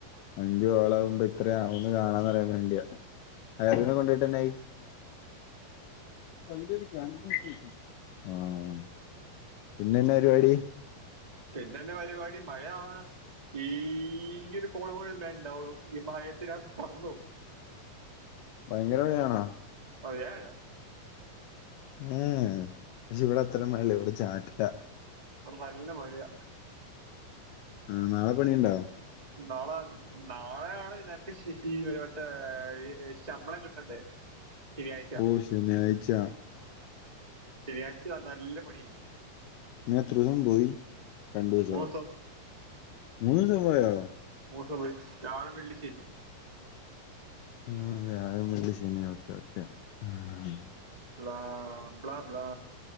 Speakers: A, on the left; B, on the right.
A: അഞ്ചു കോളാവുംമ്പോ ഇത്രയാകൂന്ന് കാണാന്ന്റിയാ വേണ്ടിയ ആരുനെ കൊണ്ടോയിട്ട് എന്നായി അഞ്ചെടുക്ക് അഞ്ചുകിട്ടി ആഹ് പിന്നെ എന്നാ പരുവാടി
B: പിന്നെ എന്നാ പരിപാടി മഴ ആവണ് ഈ ഒരു കോളുങ്കളിംമേഇണ്ടാവുള്ളൂ ഈ മഴയെത്തിനാ പറന്നോം
A: ഭയങ്കര മഴയാണാ
B: ഒ യായ
A: ഏഹ് പക്ഷെ ഇവിടെ അത്രേം മഴയില്ല ഇവിടെചാറ്റല
B: ഇവ്ടെ നല്ല മഴയാ
A: ഉം നാളെ പണിണ്ടാ
B: നാളാ നാളെയാണ് നേരത്തെ ശിശി ഒരു മറ്റേ ഈ ശമ്പളം കിട്ടണ്ടേ ശനിയാഴ്ച
A: ഓ ശനിയാഴ്ച്ച
B: ശനിയാഴ്ച വാ നല്ല പണിയായിരി
A: നിങ്ങ എത്രോസംപോയി രണ്ടുസോ
B: മൂന്ന് ദിവസം
A: മൂന്നൂസോ പോയോ
B: മൂന്നോസംപൊയി വ്യാഴം, വെള്ളി, ശനി
A: ഉം. വ്യാഴം, വെള്ളി, ശനി ഓക്കെ, ഓക്കെ ആഹ്.
B: ബ്ലാ ബ്ല ബ്ലാ